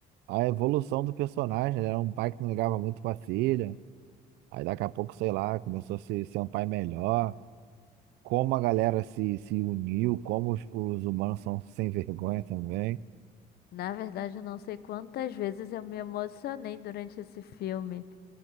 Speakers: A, on the right (about 80°); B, on the left (about 70°).
A: a evolução do personagem. Ele era um pai que não ligava muito pra filha. Aí daqui a pouco, sei lá, começou a se- ser um pai melhor. Como a galera se, se uniu, como os, os humanos são <laughs> sem vergonha também.
B: Na verdade, eu não sei quantas vezes eu me emocionei durante esse filme.